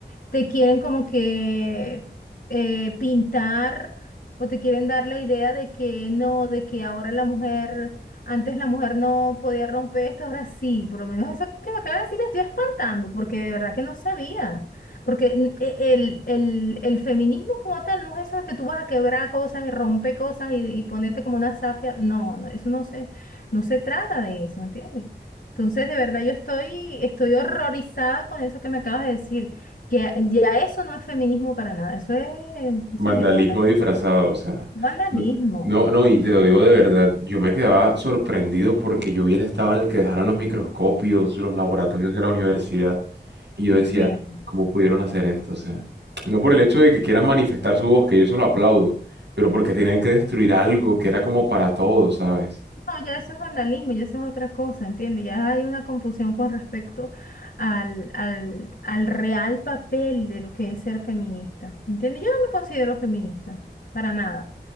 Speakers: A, on the left (about 65°); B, on the right (about 80°).
A: te quieren como que eh, pintar o te quieren dar la idea de que no, de que ahora la mujer, antes la mujer no podía romper esto, ahora sí, por lo menos eso que me acaba de decir me estoy espantando, porque de verdad que no sabía, porque n- e- el, el, el feminismo como tal no es eso de que tú vas a quebrar cosas y romper cosas y, y ponerte como una zafia, no, no, eso no se, no se trata de eso, ¿entiendes? Entonces, de verdad, yo estoy, estoy horrorizada con eso que me acabas de decir. Que ya eso no es feminismo para nada, eso es, qué
B: Vandalismo
A: sé yo, vandal-
B: disfrazado, o sea.
A: vandalismo.
B: No, no, no, y
A: O
B: te
A: sea,
B: lo digo de verdad, yo me quedaba sorprendido porque yo vi el estado en el que dejaron los microscopios, los laboratorios de la universidad, y yo
A: qué
B: decía,
A: pena.
B: ¿cómo pudieron hacer esto? O sea, no por el hecho de que quieran manifestar su voz, que yo eso lo aplaudo, pero porque tenían que destruir algo que era como para todos, ¿sabes?
A: No, ya eso es vandalismo, ya eso es otra cosa, ¿entiendes? Ya hay una confusión con respecto al, al, al real papel de lo que es ser feminista, ¿entiendes? Yo no me considero feminista, para nada,